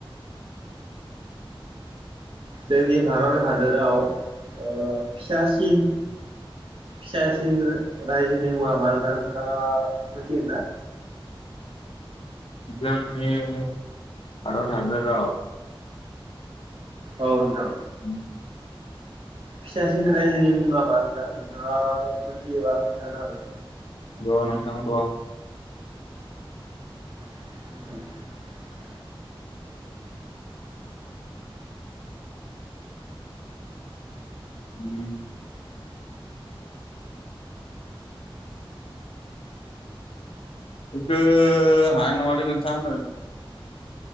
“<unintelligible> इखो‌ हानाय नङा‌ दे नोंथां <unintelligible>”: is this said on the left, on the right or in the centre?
Left